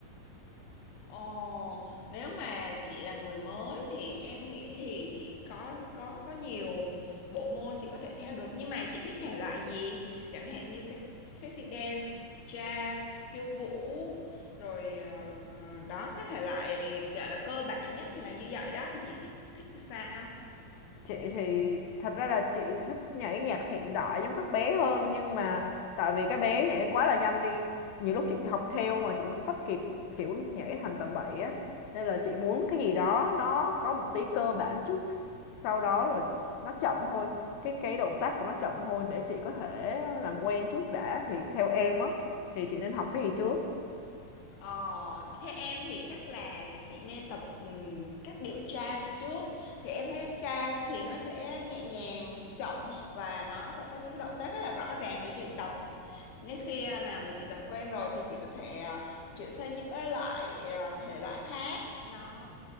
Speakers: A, on the left (about 65°); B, on the left (about 80°).
A: Ồ, nếu mà chị là người mới thì em nghĩ thì chị có có có nhiều bộ môn chị có thể theo được nhưng mà chị thích thể loại gì? Chẳng hạn như sex- sexy dance, jazz, khiêu vũ rồi ờ, ờ, đó các thể loại gọi là cơ bản nhất thì là như vậy đó thì chị thích thích sao?
B: chị thì thật ra là chị thích nhảy nhạc hiện đại giống các bé hơn nhưng mà tại vì các bé nhảy quá là nhanh đi nhiều lúc chị học theo mà chị không bắt kịp kiểu nhảy thành tầm bậy á nên là chị muốn cái gì đó nó có một tí cơ bản trước sau đó rồi nó chậm thôi cái cái động tác của nó chậm thôi để chị có thể làm quen trước đã thì theo em á thì chị nên học cái gì trước
A: Ờ, thế em thì chắc là chị nên tập ừm, các điệu jazz trước thì em thấy jazz thì nó sẽ nhẹ nhàng chậm và nó sẽ có những cái động tác rất là rõ ràng để chị tập nên khi nào mà chị tập quen rồi thì chị có thể à, chuyển sang những cái loại à, thể loại khác nó